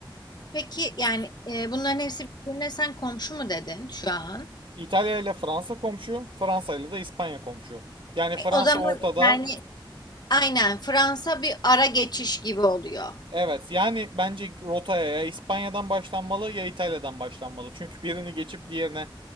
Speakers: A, on the left (about 55°); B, on the right (about 80°).
A: Peki yani e, bunların hepsi birbirine sen komşu mu dedin şu an?
B: İtalya ile Fransa komşu, Fransa ile de İspanya komşu. Yani Fransa
A: E, o zaman
B: ortada,
A: yani aynen Fransa bir ara geçiş gibi oluyor.
B: Evet yani bence rotaya ya İspanya'dan başlanmalı ya İtalya'dan başlanmalı. Çünkü birini geçip diğerine